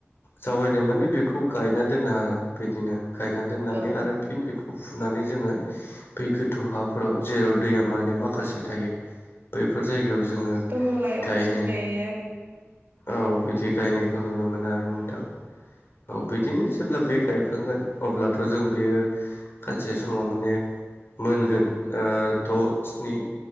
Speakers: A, on the left; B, on the right.
A: जावरायनाय माने बेखौ गायना दोनो आरो बिदिनो गायना दोननानै
B: औ
A: आरो फिन बेखौ फुनानै जोङो ब गोथौ हाफोराव जेराव दैया मान
B: औ
A: माखासे
B: नंगौ
A: थायो बैफोर जायगायाव जोङो
B: दहलायाव
A: गायहनाय-
B: जों गायो आरो
A: औ बिदि गायनायखौ नुनो मोनो आरो नोंथां। औ बिदिनो जेब्ला बे गायखांगोन अब्लाथ' जों बेयो खाननसे समाव माने मोनगोन ओ द' स्नि